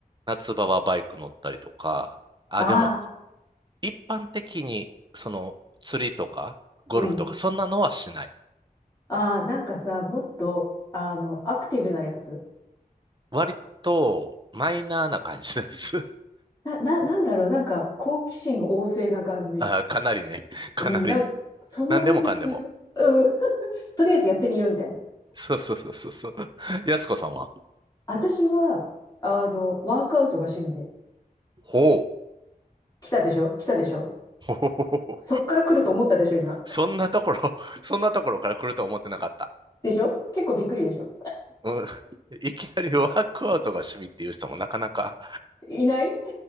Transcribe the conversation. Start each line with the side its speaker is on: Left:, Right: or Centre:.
Right: 夏場はバイク乗ったりとか、あ、
Left: ああ、
Right: でも、一般的に、その、釣りとか、ゴルフとか、
Left: うん。
Right: そんなのはしない。
Left: ああ、なんかさ、もっと、あの、アクティブなやつ。
Right: 割と、マイナーな感じです。
Left: な、な、なんだろう、なんか好奇心旺盛な感じ。
Right: ああかなりね。<laughs>
Left: うんなん、
Right: かなり。
Left: そんな感じする。
Right: 何でもかんでも。
Left: うん。<laughs> とりあえずやってみようみたいな。
Right: そうそうそうそうそう。やすこさんは
Left: 私は、あの、ワークアウトが趣味で。
Right: ほう。
Left: 来たでしょ来たでしょ
Right: <laughs> ほほほほほ
Left: そっから来ると思ったでしょ今。
Right: そんなところ、そんなところから来ると思ってなかった。
Left: でしょ結構びっくりでしょ
Right: うん、いきなりワークアウトが趣味っていう人もなかなか、
Left: いない